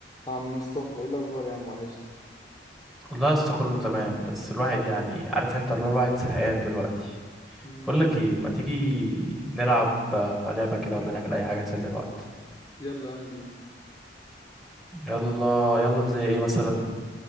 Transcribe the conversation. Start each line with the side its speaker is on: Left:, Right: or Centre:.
Left: عم مصطفى ايه الاخبار يا عم وحشت
Centre: والله لسه كله تمام بس الواحد يعني عارف انت اللي هو الواحد زهقان دلوقتي
Left: مم.
Centre: بقول لك ايه ما تيجي نلعب آه، لعبة كده ولا نعمل اي حاجة نسلي الوقت
Left: يلا يا عم بينا
Centre: يلا يلا زي ايه مثلا